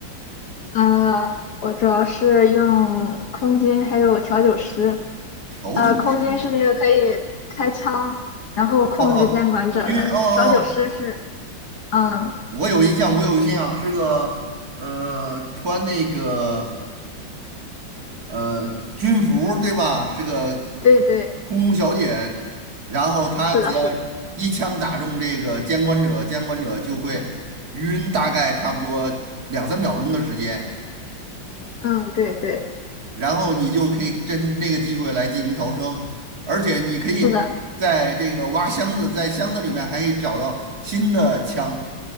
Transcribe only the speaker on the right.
调酒师？
哦哦，空军？哦哦，
哦
我有印象，我有印象，是个呃，穿那个。呃，军服对吧？是个
空中小姐，然后她只要
一枪打中这个监管者，监管者就会晕，大概差不多两三秒钟的时间，
然后你就可以趁那个机会来进行逃生，而且你可以在这个挖箱子，
在箱子里面还可以找到新的枪，